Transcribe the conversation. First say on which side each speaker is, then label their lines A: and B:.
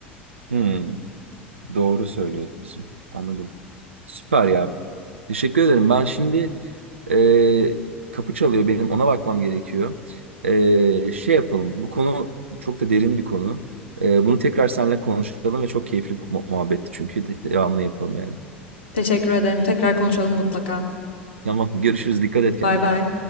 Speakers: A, on the right; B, on the left.
A: Hmm, doğru söylüyorsun. Anladım. Süper ya. Teşekkür ederim. Ben şimdi e, kapı çalıyor benim. Ona bakmam gerekiyor. E, şey yapalım. Bu konu çok da derin bir konu. E, bunu tekrar seninle konuşalım ve çok keyifli bir mu- muhabbetti çünkü. De- Devamlı yapalım yani.
B: Teşekkür ederim. Tekrar konuşalım mutlaka.
A: Tamam görüşürüz. Dikkat et kendine.
B: Bay bay.